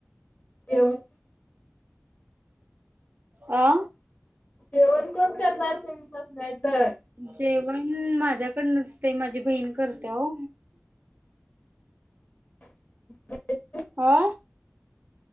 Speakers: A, on the left (about 35°); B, on the right (about 50°).
A: जेवण
B: अ
A: जेवण कोण करणार तुमचंच नाही तर.
B: जेवण माझ्याकडं नसत्या माझी बहीण करते हो
A: <inaudible>
B: हा